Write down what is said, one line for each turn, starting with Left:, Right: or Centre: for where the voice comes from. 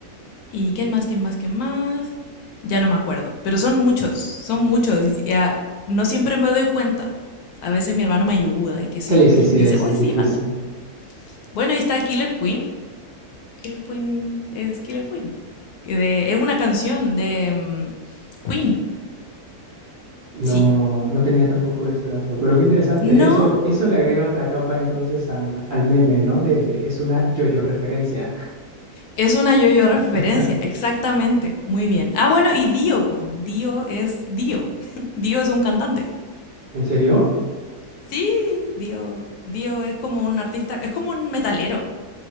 Left: ¿Y quién más, quién más, quién más? Ya no me acuerdo, pero son muchos, son muchos. y Ya no siempre me doy cuenta. A veces mi hermano me ayuda y qué sé
Right: Sí,
Left: yo,
Right: sí,
Left: y
Right: sí,
Left: dice,
Right: es,
Left: oye,
Right: es
Left: sí,
Right: difícil.
Left: banda. Bueno, y está Killer Queen. Killer Queen es Killer Queen. que de- es una canción de mm, Queen,
Right: No,
Left: sí.
Right: no tenía tampoco ese dato, pero qué interesante.
Left: No,
Right: Eso, eso le agrega otra capa entonces al, al meme, ¿no? De es una yo-yo referencia.
Left: es una yo-yo referencia,
Right: <laughs>
Left: exactamente. Muy bien. Ah, bueno, y Dio, po. Dio es Dio. <laughs> Dio es un cantante.
Right: ¿En serio?
Left: Sí, Dio, Dio es como un artista, es como un metalero.